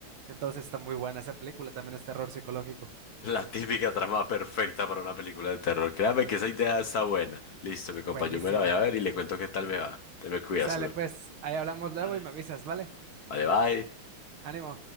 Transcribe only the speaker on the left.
La típica trama perfecta para una película de terror. Créame que esa idea está buena. Listo, mi compa,
yo me la voy a ver y le cuento qué tal me va. Te me cuidas,
bro.
Vale,
vale, bye.